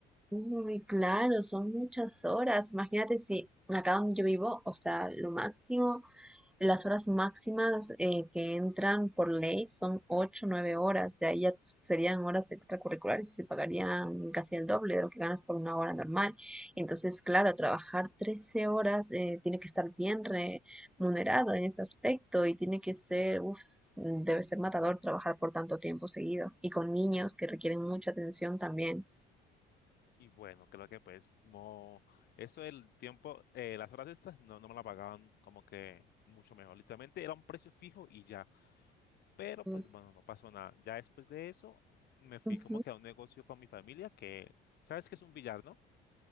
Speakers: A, in the centre; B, on the left.
A: Uy, claro, son muchas horas. Imagínate si acá donde yo vivo, o sea, lo máximo. Las horas máximas eh, que entran por ley son 8 9 horas, de ahí ya serían horas extracurriculares y se pagarían casi el doble de lo que ganas por una hora normal. Entonces, claro, trabajar 13 horas eh, tiene que estar bien remunerado en ese aspecto y tiene que ser, uff, debe ser matador trabajar por tanto tiempo seguido y con niños que requieren mucha atención también.
B: Y bueno, creo que pues no, eso del tiempo, eh, las horas estas no, no me la pagaban como que mucho mejor. Literalmente era un precio fijo y ya. Pero pues
A: Mm,
B: bueno, no pasó nada. Ya después de eso me fui
A: ujú.
B: como que a un negocio con mi familia que, ¿sabes qué es un billar, no?